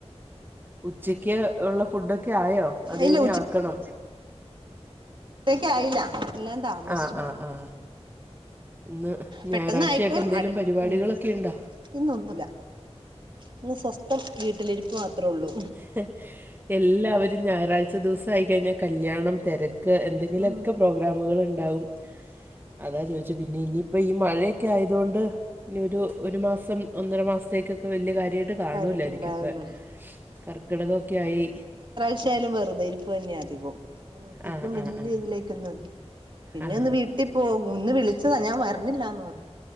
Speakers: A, on the right; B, on the right.
A: ഉച്ചയ്ക്ക് ഉള്ള ഫുഡൊക്കെ ആയോ അതോ
B: ഇല്ല
A: ഇനി ആക്കണോ
B: ത്തേക്കായില്ല എല്ലാം താമസിച്ചു
A: ആ ആ ആ ഇന്ന് ഞായറാഴ്ചയായിട്ട്
B: പെട്ടെന്ന് ആയിക്കോളും
A: എന്തേലും
B: അടു
A: പരിപാടികളൊക്കെ
B: ഉം
A: ഇണ്ടോ?
B: ഇന്നൊന്നുല്ല ഇന്ന് സ്വസ്ഥം വീട്ടിലിരിപ്പ് മാത്രേ ഒള്ളൂ
A: ഹ് എല്ലാവരും ഞായറാഴ്ച ദിവസം ആയിക്കഴിഞാൽ കല്യാണം തെര ക്ക്‌ എന്തെങ്കിലൊക്കെ
B: ഉം
A: പ്രൊ ഗ്രാമുകളുണ്ടാവും അതാ ചോയിച്ചേ പിന്നെ ഇനിയിപ്പ ഈ മഴയൊക്കെ ആയതുകൊണ്ട് ഇനി ഒരു ഒരു മാസം ഒന്നര മാസത്തേക്കൊക്കെ വലിയ കാര്യ ര്യായിട്ട് കാണുല്ലാരിക്കും
B: കാര്യായിട്ടുണ്ടാവൂലേ
A: ഇപ്പ കർക്കിടകൊക്കെ ആയി
B: ച്ചയാലും വെറുതെരിപ്പ് തന്നെയ അധികോം ഇങ്ങനെ ഒത്തിക്കും
A: ആ
B: വലിയ
A: ആ ആ
B: ഇതിലേക്കൊന്നും പിന്നെ
A: ആ
B: ഒന്ന് വീട്ടി പോകും ഇന്ന് വിളിച്ചതാ ഞാൻ വരണില്ലാന്ന് പറഞ്